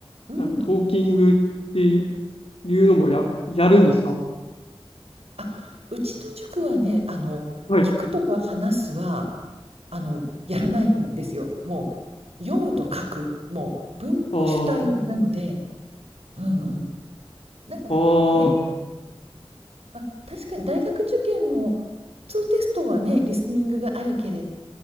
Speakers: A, on the right; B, on the left.
A: うん。
B: なんトーキングっていうのもや、やるんですか
A: あ、うちの塾はね、あの、
B: はい。
A: 聞くとか話すは、あの、やらないんですよ。もう、読むと書く、もう文法主体なので、
B: あ
A: うんうん。なんかね、
B: あ、ああ、
A: まあ、確かに大学受験も、普通テストはね、リスニングがあるけれど